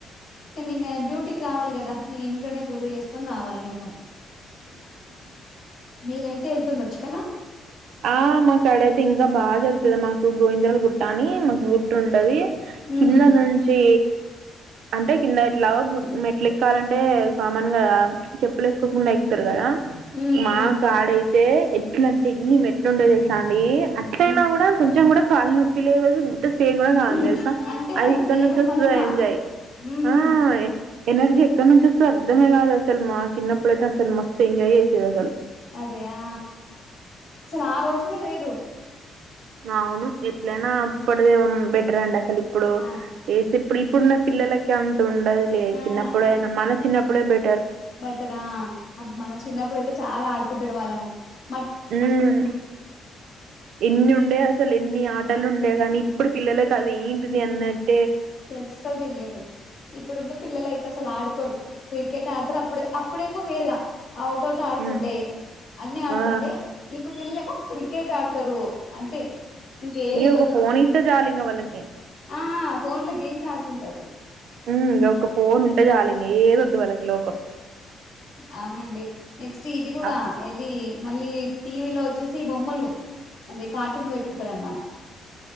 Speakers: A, on the left; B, on the right.
A: కానీ ఇంకా డ్యూటీకి రావాలి కదా మీ ఇంట్లోనే పూజ చేసుకుొని రావాలి నేను మీరైతే వెళ్తుండొచ్చు కదా
B: ఆ మాక్కడ అయితే ఇంకా బాగా జరుగుతుంది మాకు గోవింద్రలు గుట్ట అని మాకు గు ఉంటది
A: ఉమ్
B: కింద నుంచి అంటే కింద ఎట్లా గు మెట్లు ఎక్కాలంటే కామన్ గా చెప్పులు వేసుకోకుండా ఎక్కుతారు కదా
A: ఉమ్
B: మాకాడై అ ఎట్లా అంటే ఎన్ని మే ట్లు ఉంటాయి తెలుసా అండి అట్ల
A: ఉమ్
B: ఉన్న కూడా కొంచెం కూడా కాల నొప్పి లెవ్ అసలు చేన్ కూడా కాది
A: ఉమ్
B: తెలుసా
A: అంటే
B: అవి
A: అది
B: ఇక్కడ
A: దేవుని
B: నుంచి వస్తుంది
A: మహిమ
B: ఏంజాయ్
A: ఉమ్
B: ఆ
A: ఉమ్
B: ఎనర్జీ ఎక్కడి నుంచి వస్తే అర్ధమే కాదు అసలు మా చిన్నప్పుడు అయితే అసలు మస్ ఎంజాయ్ చేసేది అసలు
A: అదే ఆ అసలు ఆ రోజలే వేరు
B: అవును ఎట్లేనాప్పుడుదవా బెటర్ అండా అసలు ఇప్పుడు
A: ఆ
B: ఏసి ఇప్పుడు ఇప్పుడున్న పిల్లకి ఉండదు లే
A: ఆహా
B: చిన్నప్పుడుైనా మన చిన్నప్పుడు ఇపుడే బే
A: బట్టరా అ మన చిన్నప్పుడుయితే చాలా ఆడు కుటరు వాళ్ళ మ
B: మ్మ్ ఎన్ని ఉండే అసలు ఎన్ని ఆటలుండే ంటే గాని ఇప్పుడు పిల్లలకి అది ఏంటిది అన్నట్
A: అస్సలు తెలియదు ఇప్పుడున్న పిల్లల అయితే అసలు ఆడుకోరు క్రికెట్ ఆడతారు అప్పుడుే ఇప్పుడేమో వేరుగ అవు తోటి ఆడుతుండే
B: హ్మ్.
A: అన్ని ఆడుతుండే
B: ఆ
A: ఇప్పుడు పిల్ల ఏమో క్రికెట్ ఆడతారు అంతే ఇంకేవి
B: ఇగో ఒక
A: కొత్త
B: ఫోన్
A: కొత్త
B: ఇస్తే చాలింగ వాళ్ళకి
A: ఆ ఫోన్ లో గేమ్స్ ఆడుతుంటారు
B: ఇంక ఒక ఫోన్ ఉంటే చాలు ఇంకా ఏద వద్దు వాళ్ళకి లోకం
A: అవునండి నెక్స్ట్ ఇది కూడా
B: అప్
A: ఇది మళ్ళీ టీవీలో వచ్చేసి బొమ్మలు అదే కార్టూన్ పెట్టుకుంటారు అనమాట